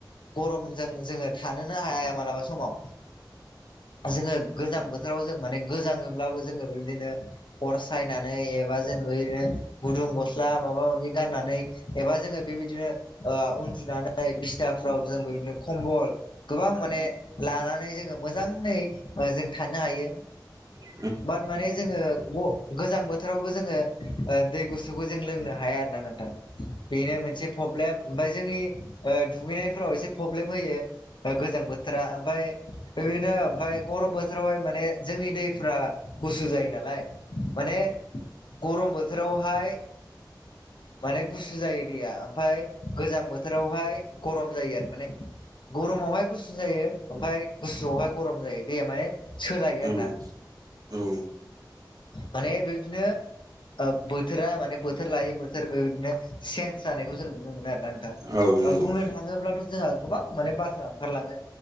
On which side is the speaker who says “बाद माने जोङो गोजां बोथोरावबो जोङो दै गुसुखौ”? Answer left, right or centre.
Left